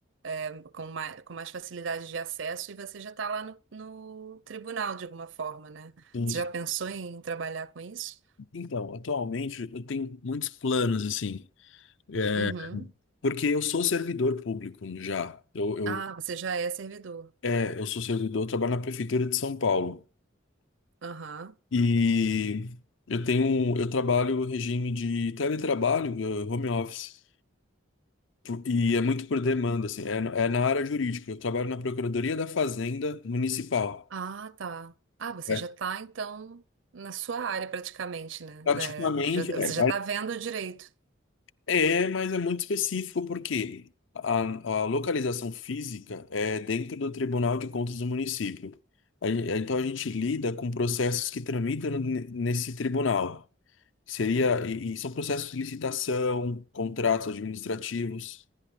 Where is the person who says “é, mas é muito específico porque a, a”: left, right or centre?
Left